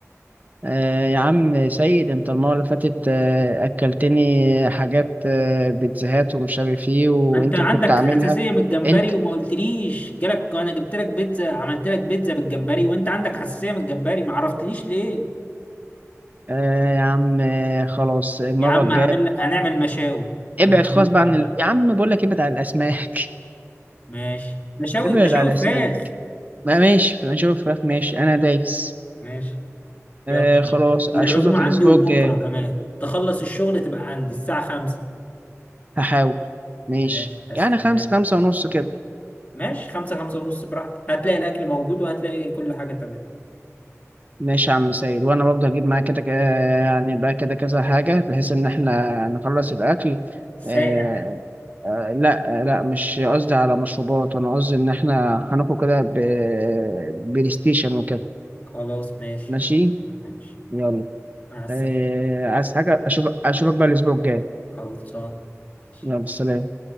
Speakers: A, on the right; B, on the left.
A: آه يا عم سيد انت المرة اللي فاتت آه أكلتني حاجات آه بيتزاهات ومش عارف ايه وانت
B: انت عندك
A: اللي كنت عاملها
B: حساسيه من الجمبري
A: انت
B: وما قلتليش جالك انا جبت لك بيتزا عملت لك بيتزا بالجمبري وانت عندك حساسيه من الجمبري ما عرفتنيش ليه
A: آه يا عم آه خلاص المرة
B: يا عم
A: الجاية
B: هعمل لك هنعمل مشاوي انا
A: ابعد
B: عازمك
A: خالص بقى
B: على
A: عن
B: مشاوي
A: ال... يا عم بقول لك ابعد عن الأسماك <laughs>
B: ماشي مشاوي
A: ابعد
B: مشاوي
A: عن الأسماك
B: فراخ
A: ما ماشي نشوف فراخ ماشي أنا دايس
B: ماشي
A: آه
B: يلا يا
A: خلاص
B: عم
A: أشوفك
B: والعزومه عندي
A: الأسبوع
B: وبكره
A: الجاي
B: كمان تخلص الشغل تبقى عندي الساعه 5
A: هحاول ماشي
B: ماشي هستناك
A: يعني خمسة خمسة ونص كده
B: ماشي خمسة خمسة ونص براحتك هتلاقي الأكل موجود وهتلاقي كل حاجة تمام
A: ماشي يا عم سيد وانا برضه هجيب معايا كده ك- آه، يعني بقى كده كذا حاجه بحيث ان احنا نخلص الاكل
B: سائع
A: آه آه لا آه، لا مش قصدي على مشروبات انا قصدي ان احنا هناخد كده ب- بلاي ستيشن وكده
B: خلاص ماشي
A: ماشي
B: ماشي
A: يلا
B: مع السلامة
A: آه عايز حاجه اشوف اشوفك بقى الاسبوع الجاي
B: خلصان ماشي
A: يلا سلام